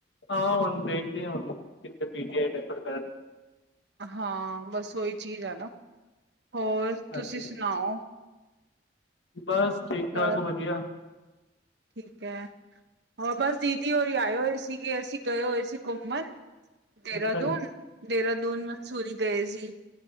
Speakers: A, on the left; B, on the right.
A: ਹਾਂ ਹੁਣ ਦੇਖਦੇ ਆ ਹੁਣ ਕਿੱਥੇ ਪੀ ਜੀ ਆਈ ਰੈਫਰ ਕਰਨ।
B: ਹਾਂ ਬਸ ਓਹੀ ਚੀਜ਼ ਹੈ ਨਾ, ਹੋਰ
A: ਹਾਂਜੀ।
B: ਤੁਸੀਂ ਸੁਣਾਓ।
A: ਬਸ ਠੀਕ-ਠਾਕ
B: ਘਰ
A: ਵਧੀਆ।
B: ਠੀਕ ਐ, ਹੋਰ ਬਸ ਦੀਦੀ ਹੋਰ ਆਇਓਏ ਸੀ ਕਿ ਅਸੀਂ ਗਏ ਹੋਏ ਸੀ ਘੁੰਮਣ। ਦੇਹਰਾਦੂਨ-ਦੇਹਰਾਦੂਨ,
A: ਅੱਛਾ ਜੀ
B: ਮਸੂਰੀ ਗਏ ਸੀ।